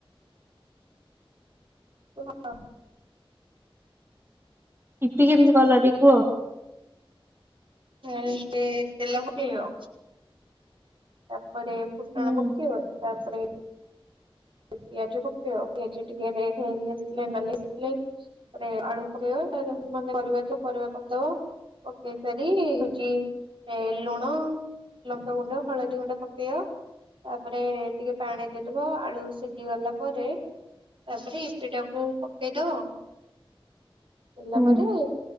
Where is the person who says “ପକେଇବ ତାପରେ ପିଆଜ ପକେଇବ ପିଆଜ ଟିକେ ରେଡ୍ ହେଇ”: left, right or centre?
Right